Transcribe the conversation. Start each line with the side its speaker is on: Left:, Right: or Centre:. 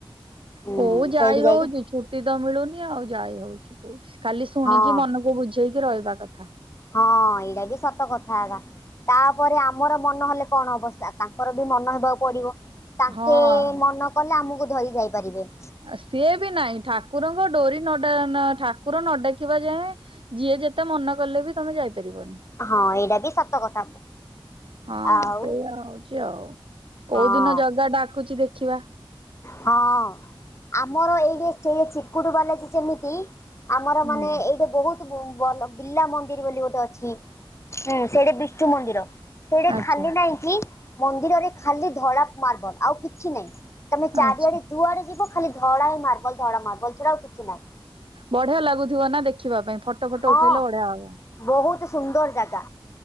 Left: ହୁଁ
Right: କୋଉ ଯାଇ
Left: ସେଇଠି ଯାଇକି
Right: ହଉଛି ଛୁ ଛୁଟିତ ମିଳୁନି ଆଉ ଯାଇ ହଉଛି କୋଉଠି ଖାଲି ଶୁଣିକି
Left: ହଁ
Right: ମନକୁ ବୁଝେଇକି ରହିବା କଥା।
Left: ହଁ ଏଇଟା ବି ସତ କଥା ହେଲା ତାପରେ ଆମର ମନ ହେଲେ କଣ ହବ ତାଙ୍କର ବି ମନ ହେବାକୁ ପଡିବ। ତାଙ୍କେ
Right: ହଁ
Left: ମନ କଲେ ଆମକୁ ଧରି ଯାଇ ପାରିବେ।
Right: ସିଏ ବି ନାହିଁ ଠାକୁରଙ୍କ ଡୋରି ନ ଠାକୁର ନ ଡାକିବା ଯାଏଁ ଯିଏ ଯେତେ ମନ କଲେ ବି ତମେ ଯାଇପାରିବନି।
Left: ହଁ ଏଇଟା ବି ସତ କଥା
Right: ହଁ
Left: ଆଉ
Right: ସେଇଆ ହଉଛି ଆଉ କୋଉ
Left: ହଁ
Right: ଦିନ ଜଗା ଡାକୁଛି ଦେଖିବା
Left: ହଁ ଆମର ଏଇ ସେ ଚିକୁଟ ବାଲାଜୀ ଯେମିତି ଆମର
Right: ହୁଁ
Left: ମାନେ ଏ ଗଟେ ବହୁତ୍ ଭଲ - ବିଲଲା ମନ୍ଦିର ବୋଲି ଗୋଟେ ଅଛି ହୁଁ ସେଇଠି ବିଷ୍ଣୁ ମନ୍ଦିର <unintelligible> ସେଇଟା
Right: ଆଚ୍ଛା
Left: ଖାଲି ନାଇଁ କି ମନ୍ଦିରରେ ଖାଲି ଧଳା ମାର୍ବଲ ଆଉ କିଛି ନାଇଁ। ତମ ଚାରିଆଡ଼େ
Right: ଆଚ୍ଛା।
Left: ଜୁଆଡେ ଯିବ ଖାଲି ଧଳା ହି ମାର୍ବଲ ଧଳା ମାର୍ବଲ ସେଇଟା ଆଉ କିଛି ନାହିଁ।
Right: ବଢିଆ ଲାଗୁଥିବ ନା ଦେଖିବା ପାଇଁ ଫଟୋ ଫଟୋ
Left: ହଁ
Right: ଉଠେଇଲେ ବଢିଆ ହବା।
Left: ବହୁତ ସୁନ୍ଦର ଜାଗା